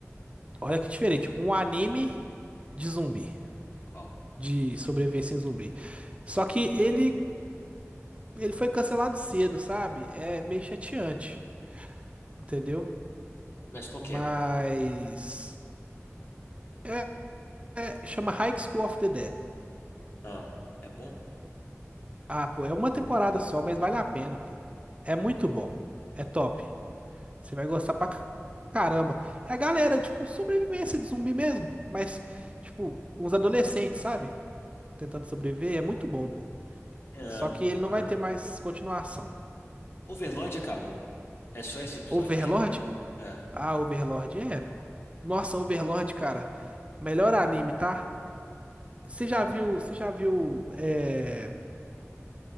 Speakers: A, on the right; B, on the left.
A: Olha que diferente. Um anime de zumbi.
B: Qual?
A: De sobrevivência em zumbi. Só que ele ele foi cancelado cedo, sabe? É meio chateante, entendeu?
B: Mas qual
A: Mas
B: que é?
A: é, é- chama High School of the Dead.
B: Ah, é bom?
A: Ah, pô, é uma temporada só, mas vale a pena, pô. É muito bom. É top. Você vai gostar pra ca- caramba. É a galera, tipo, sobrevivência de zumbi mesmo, mas tipo, uns adolescentes, sabe? Tentando sobreviver, é muito bom, pô.
B: Ah,
A: Só que ele não
B: ah.
A: vai ter mais continuação.
B: Overlord acabou? É só esses episódios
A: Overlord?
B: aqui acabou? É,
A: Ah, Overlord é, pô. Nossa, Overlord, cara. Melhor anime, tá? Você
B: eu
A: já
B: vou
A: viu,
B: ver.
A: você já viu é,